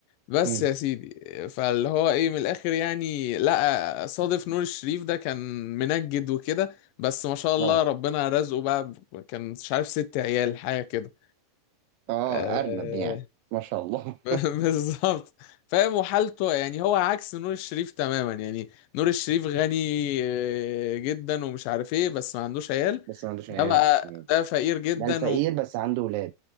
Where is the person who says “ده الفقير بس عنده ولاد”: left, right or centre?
Right